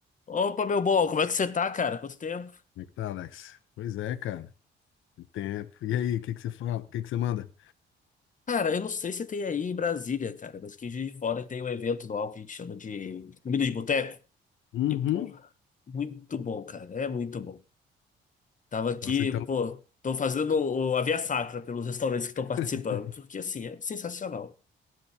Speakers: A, on the left; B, on the left.
A: Opa, meu bom, como é que você tá, cara? Quanto tempo?
B: Como é que tá, Alex? Pois é, cara. Tem Tempo. E aí, o que que você fala? O que que você manda?
A: Cara, eu não sei se tem aí em Brasília, cara, mas aqui em Juiz de Fora tem um evento anual que a gente chama de Comida de Boteco.
B: Uhum.
A: E, pô, muito bom, cara, é muito bom. Tava aqui,
B: Nossa, então,
A: pô, tô fazendo o- a via sacra pelos restaurantes que estão participando,
B: <laughs>
A: porque, assim, é sensacional.